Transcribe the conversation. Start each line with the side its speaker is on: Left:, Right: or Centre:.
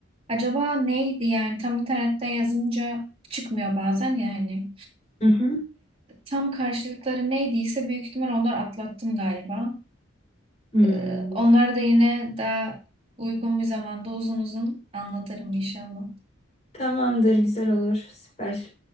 Right: Acaba neydi yani tam internetten yazınca çıkmıyor bazen ya hani.
Left: Hı hı.
Right: Tam karşılıkları neydiyse büyük ihtimal onlar atlattım galiba.
Left: Hmm.
Right: Ee, onları da yine daha uygun bir zamanda uzun uzun anlatırım inşallah.
Left: Tamamdır, güzel olur. Süper.